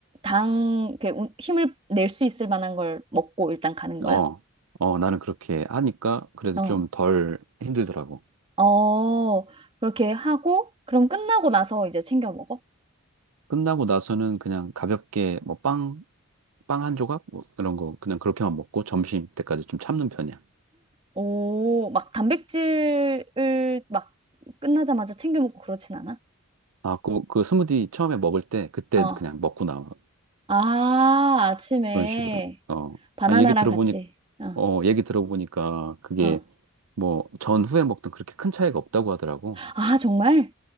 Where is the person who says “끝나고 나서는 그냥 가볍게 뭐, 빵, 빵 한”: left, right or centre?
Right